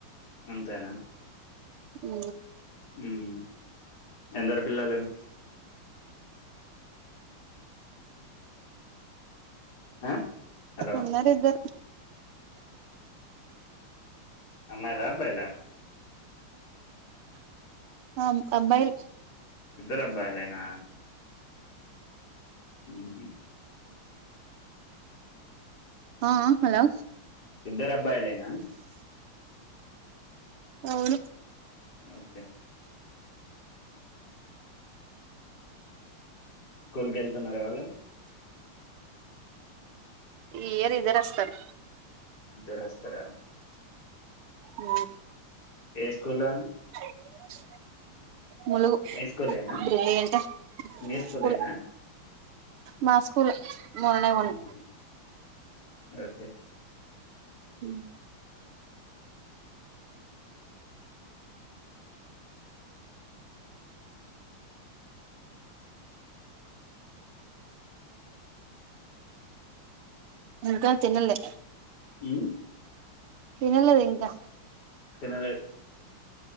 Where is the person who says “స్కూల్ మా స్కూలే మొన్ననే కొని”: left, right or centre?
Right